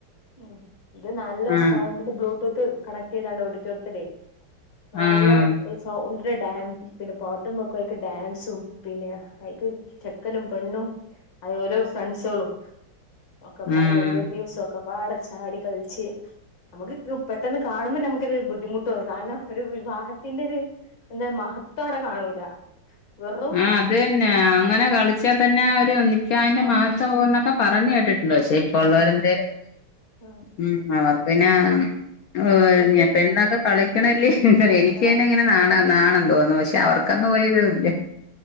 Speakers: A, on the left; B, on the left.
A: ഉം ഇത് നല്ല
B: ആഹ്
A: സൗണ്ട്ൽ ബ്ലൂടൂത്ത് കണക്ട് ചെയ്താണ്ട് ഓഡിറ്റോറിയത്തില് ഹാൾ
B: ആഹ്
A: ള്ള് ഈ സൗണ്ട്ല് ഡാൻ പിന്നെ പാട്ടും വെക്കും അയ്ക്ക് ഡാൻസും പിന്നെ അയ്ക്ക് ചെക്കനും പെണ്ണും അതുപോലെ ഫ്രണ്ട്സോളും ഒക്കെ പാടെ
B: ആഹ്
A: റിലേറ്റീവ്സൊ ഒക്കെ പാടെ ചാടി കൾച്ച് നമുക്ക് രു പെട്ടെന്ന് കാണുമ്പോ നമുക്കൊരു ബുദ്ധിമുട്ട്‌ ഓന്നും കാരണം ഒരു വിവാഹത്തിന്റെ ര് എന്താ മഹത്വം ആടെ കാണൂല വെറും
B: ആഹ് അത് തന്നെ അങ്ങനെ കളിച്ചാ
A: ആഹ്
B: തന്നെ ഒരു നിക്കഹിന്റെ
A: ആഹ്
B: മഹത്വം പോകുന്നൊക്കെ പറഞ്ഞു കേട്ടി ണ്ട് പക്ഷെ ഇപ്പ ള്ളവര്
A: ആഹ്
B: എന്തേലും
A: ആഹ്
B: ഉം അവർക്ക് പിന്നെ
A: ഉം
B: ഏ <unintelligible>
A: ഇപ്പടുത്ത്
B: പെണ്ണെക്കെ കളിക്കണല്ലേ എനിക്ക്
A: ആഹ്
B: തന്നെ ഇങ്ങനെ നാണ നാണം തോന്നും പക്ഷെ അവർക്കന്നും ഒരിതുംല്ല